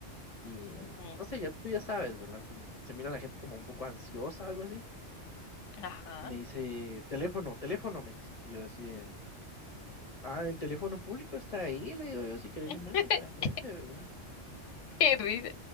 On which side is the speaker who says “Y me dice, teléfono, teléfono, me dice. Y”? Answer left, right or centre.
Left